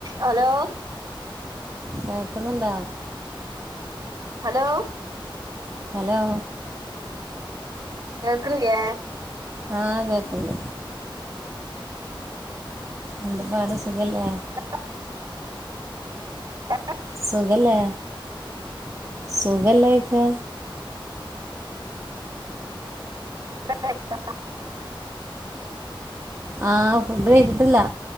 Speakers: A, on the right; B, on the right.
A: Hello
B: കേക്കുന്നുണ്ടോ
A: hello
B: hello
A: കേൾക്നില്ലെ
B: ആഹ് കേക്ണ്ട് എന്തപാട് സുഖല്ലേ
A: <inaudible> <inaudible>
B: സുഖലേ സുഖല്ലേ ഓയ്ക്ക
A: <unintelligible>
B: ആഹ് ഫുഡ് കഴിച്ചിട്ടില്ല